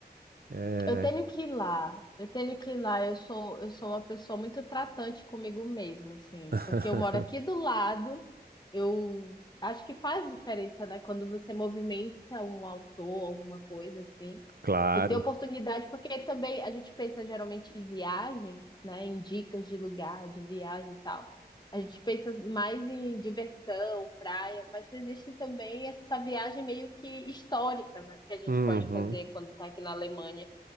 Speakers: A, on the right; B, on the left.
A: É...
B: Eu tenho que ir lá, eu tenho que ir lá. Eu sou, eu sou uma pessoa muito tratante comigo mesma, assim,
A: <laughs>
B: porque eu moro aqui do lado. Eu acho que faz diferença, né? Quando você movimenta um autor, alguma coisa assim,
A: Claro.
B: você tem oportunidade, porque também a gente pensa geralmente em viagem, né? Em dicas de lugar, de viagem e tal. A gente pensa mais em diversão, praia, mas existe também essa viagem meio que histórica, né? Que a gente
A: Uhum,
B: pode fazer quando está aqui na Alemanha